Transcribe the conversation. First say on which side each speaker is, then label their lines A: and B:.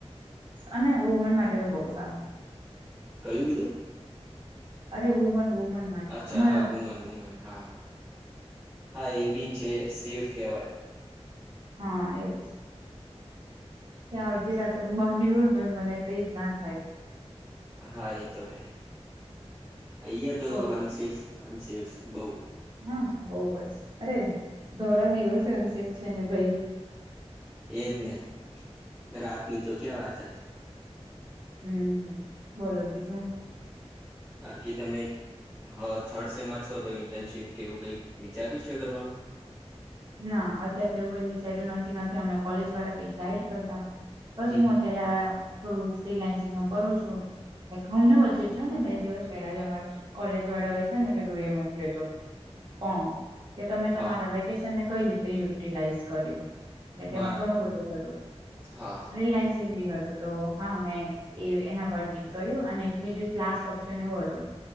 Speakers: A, on the right; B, on the right.
A: અને વુમન માટે તો બહુ સારું.
B: કયું કીધું?
A: અરે વુમન વુમન માટે
B: અચ્છા,
A: અમારા
B: હા, વુમન, વુમન, હા હા. હા, એ બી છે, સેફ કહેવાય.
A: હા, એજ. ત્યાં અડધી રાત્રે હું બહાર નીકળું ને, તો મને કઈ જ્ઞાન થાય?
B: હા, એ તો હૈ. અહીં તો
A: બોલો
B: અનસેફ અને બઉુ
A: હા, બઉ જ. અરે ધોરા દિવસે અમે છે ને, ભાઈ.
B: એજ ને, રાતની તો ક્યાં વાત જ!
A: હમ્મ, બોલો બીજું?
B: બાકી તમે હા થર્ડ સેમાં છો, તો ઇન્ટર્નશીપ કે એવું કઈ વિચાર્યું છે કરવાનું?
A: ના, અત્યારે તેવું કઈ વિચાર્યું નથી. નથી અમને કોલેજ વાળા કંઈક ગાઈડ કરતા બસ,
B: હમ
A: હું
B: હમ
A: અત્યારે આ થોડું ફ્રીલાન્સિંગ નું કરું છું. લાઈક હમને વચ્ચે જો ને, બે દિવસ પેલા જ અમાર કોલેજ વાળા હોય છે ને, પેલું એ મોકલ્યું તો ફોર્મ. કે તમે
B: હા
A: તમારા વ્યક ને કંઈ રીતે યુટિલાઈઝ કર્યું? એટલે, તેમાં
B: બરાબર
A: ઘણું બધું હતું.
B: હા હા
A: ફ્રીલાન્સિંગ બી હતું, તો હા, મેં એ એના પર ટીક કર્યું. અને એક બીજું, એક લાસ્ટ ઓપ્શન એવું હતું